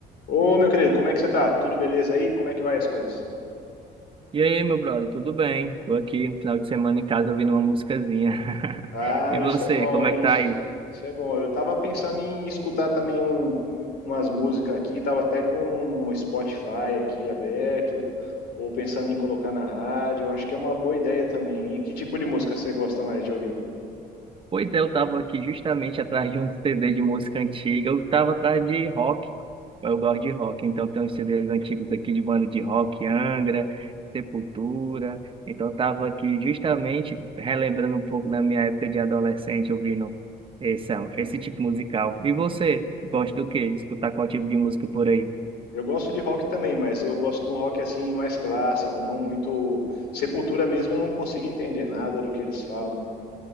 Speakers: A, on the left; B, on the right.
A: Ô, meu querido, como é que você tá? Tudo beleza aí? Como é que vai as coisas?
B: E aí, meu brother, tudo bem? Tô aqui no final de semana em casa ouvindo uma musicazinha. <laughs>
A: Ah,
B: E você,
A: isso é bom,
B: como
A: hein?
B: é que
A: Isso,
B: tá aí?
A: isso é bom. Eu tava pensando em escutar também um, umas músicas aqui, tava até com o Spotify aqui aberto, ou pensando em colocar na rádio. Eu Acho que é uma boa ideia também, hein? Que tipo de música você gosta mais de ouvir?
B: Pois é, eu tava aqui justamente atrás de um CD de música antiga. Eu tava atrás de rock. Eu gosto de rock, então tem uns CDs antigos aqui de banda de rock, Angra, Sepultura. Então eu tava aqui justamente relembrando um pouco da minha época de adolescente ouvindo esse, esse tipo musical. E você, gosta do quê? Escutar qual tipo de música por aí?
A: Eu gosto de rock também, mas eu gosto de um rock assim mais clássico, não muito. Sepultura mesmo, eu não consigo entender nada do que eles falam.